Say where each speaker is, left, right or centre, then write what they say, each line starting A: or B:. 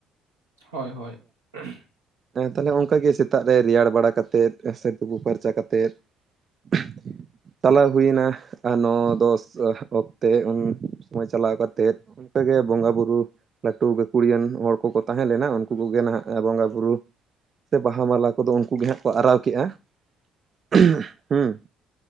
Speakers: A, on the right; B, on the right.
A: ᱦᱳᱭ ᱦᱳᱭ <inaudible>
B: ᱦᱮᱸ ᱛᱟᱦᱞᱮ ᱚᱝᱠᱟ ᱜᱮ ᱥᱮᱛᱟᱜ ᱨᱮ ᱨᱮᱭᱟᱲ ᱵᱟᱲᱟ ᱠᱟᱛᱮᱫ ᱥᱮ ᱛᱩᱯᱩ ᱯᱷᱟᱨᱪᱟ ᱠᱟᱛᱮᱫ ᱾ <inaudible> ᱪᱟᱞᱟ ᱦᱩᱭᱮᱱᱟ ᱟᱨ ᱱᱚ ᱫᱚᱥ ᱚᱠᱛᱮ ᱩᱱ ᱥᱚᱢᱚᱭ ᱪᱟᱞᱟᱣ ᱠᱟᱛᱮᱫ ᱾ ᱚᱝᱠᱟ ᱜᱮ ᱵᱚᱸᱜᱟ ᱵᱩᱨᱩ ᱞᱟᱹᱴᱩ ᱜᱟᱹᱠᱷᱩᱲᱤᱭᱟᱱ ᱦᱚᱲ ᱠᱚᱠᱚ ᱛᱟᱦᱮᱸ ᱞᱮᱱᱟ ᱩᱱᱠᱩ ᱠᱚᱜᱮ ᱱᱟᱦᱱᱟᱜ ᱵᱚᱸᱜᱟ ᱵᱩᱨᱩ ᱥᱮ ᱵᱟᱦᱟ ᱢᱟᱞᱟ ᱾ ᱠᱚᱫᱚ ᱩᱱᱠᱩ ᱜᱮ ᱦᱟᱸᱜ ᱠᱚ ᱟᱲᱟᱣ ᱠᱮᱜᱼᱟ <inaudible> ᱦᱩᱸ ᱾